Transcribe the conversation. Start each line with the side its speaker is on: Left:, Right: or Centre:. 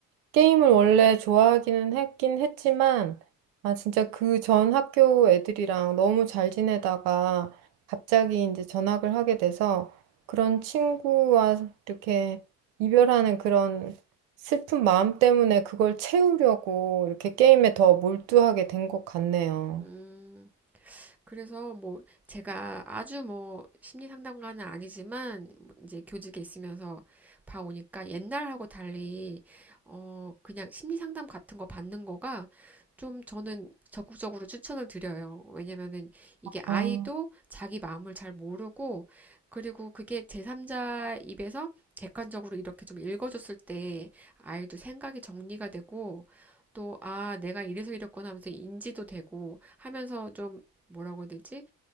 Right: 게임을 원래 좋아하기는 했긴 했지만, 아, 진짜 그 전 학교 애들이랑 너무 잘 지내다가 갑자기 이제 전학을 하게 돼서 그런 친구와 이렇게 이별하는 그런 슬픈 마음 때문에 그걸 채우려고 이렇게 게임에 더 몰두하게 된 것 같네요.
Centre: 음. 그래서 뭐 제가 아주 뭐 심리 상담가는 아니지만 이제 교직에 있으면서 봐오니까 옛날하고 달리 어 그냥 심리 상담 같은 거 받는 거가 좀 저는 적극적으로 추천을 드려요. 왜냐면은 이게 아이도
Right: 아,
Centre: 자기 마음을 잘 모르고 그리고 그게 제3자 입에서 객관적으로 이렇게 좀 읽어줬을 때 아이도 생각이 정리가 되고 또, 아, 내가 이래서 이랬구나 하면서 인지도 되고 하면서 좀 뭐라고 해야 되지?